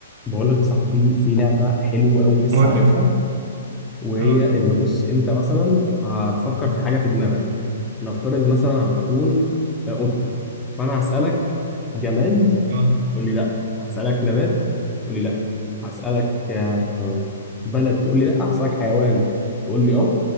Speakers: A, on the left; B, on the right.
A: بقول لك يا صاحبي في لعبة حلوة أوي لسه
B: قول
A: عارفها
B: لي
A: وهي
B: اه
A: إن بص أنت مثلا هتفكر في حاجة في دماغك نفترض مثلا هتكون قطة فأنا هسألك جماد
B: اه
A: تقول لي لأ هسألك نبات تقول لي لأ هسألك آه، بلد تقول لي لأ هسألك حيوان تقول لي أه